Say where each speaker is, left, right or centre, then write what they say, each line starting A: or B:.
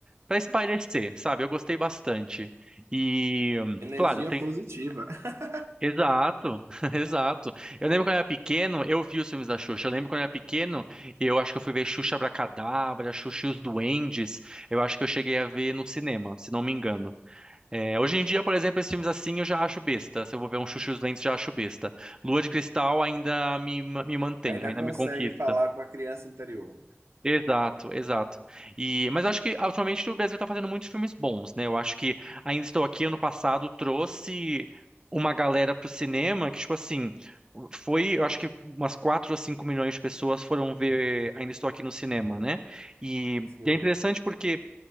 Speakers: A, on the right; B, on the right.
A: pra espairecer, sabe? Eu gostei bastante. E,
B: Energia
A: claro, tem
B: positiva. <laughs>
A: Exato, <laughs> exato. Eu lembro quando eu era pequeno, eu vi os filmes da Xuxa. Eu lembro quando eu era pequeno, eu acho que eu fui ver Xuxa Abracadabra, Xuxa e os Duendes. Eu acho que eu cheguei a ver no cinema, se não me engano. É, hoje em dia, por exemplo, esses filmes assim eu já acho besta. Se eu vou ver um Chuchu e os Lentos, já acho besta. Lua de Cristal ainda me, ma- me mantém,
B: Ainda
A: ainda
B: consegue
A: me conquista.
B: falar com a criança interior.
A: Exato, exato. E, mas eu acho que ultimamente o Brasil está fazendo muitos filmes bons, né? Eu acho que Ainda Estou Aqui, ano passado, trouxe uma galera pro cinema que, tipo assim, foi, eu acho que umas 4 ou 5 milhões de pessoas foram ver Ainda Estou Aqui no cinema, né? E,
B: Sim.
A: e é interessante porque